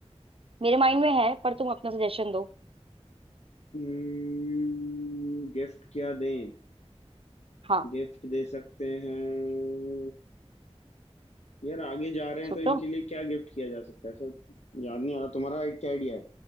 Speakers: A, on the right; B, on the left.
A: मेरे माइंड में है पर तुम अपना सजेशन दो
B: हम्म गिफ्ट क्या दें
A: हाँ
B: गिफ्ट दे सकते हैं यार आगे जा रहे हैं
A: सोचो
B: तो इनके लिए क्या गिफ्ट किया जा सकता है सो याद नहीं आ रहा तुम्हारा क्या आइडिया है